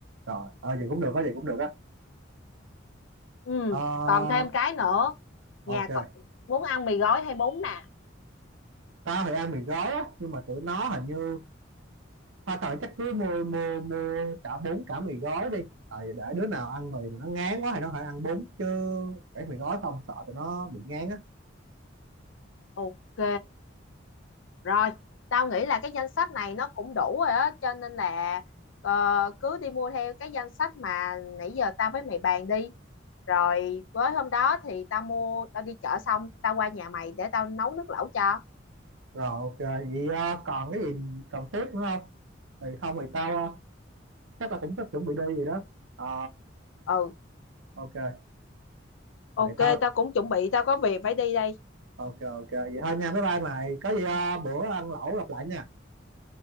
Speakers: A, on the right; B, on the left.
A: rồi ờ vậy cũng được á vậy cũng được á
B: ừ
A: Ờ,
B: còn thêm cái nữa
A: ok
B: nhà cậu muốn ăn mì gói hay bún nè
A: tao thì ăn mì gói á nhưng mà tụi nó hình như tao thời chắc cứ mua mua mua cả bún cả mì gói đi tại vì để đứa nào ăn mì mà nó ngán quá thì nó phải ăn bún chứ để mì gói không sợ tụi nó bị ngán á
B: ok rồi tao nghĩ là cái danh sách này nó cũng đủ rồi á cho nên là ờ, cứ đi mua theo cái danh sách mà nãy giờ tao với mày bàn đi rồi với hôm đó thì tao mua tao đi chợ xong tao qua nhà mày để tao nấu nước lẩu cho
A: rồi ok vậy ờ, còn cái gì cần thiết nữa không thì không thì tao ờ, chắc là cũng sắp chuẩn bị đi gì đó Ờ,
B: ừ
A: ok
B: ok
A: vậy tao
B: tao cũng chuẩn bị tao có việc phải đi đây
A: ok ok vậy thôi nha bye bye mày có gì ờ, bữa ăn lẩu gặp lại nha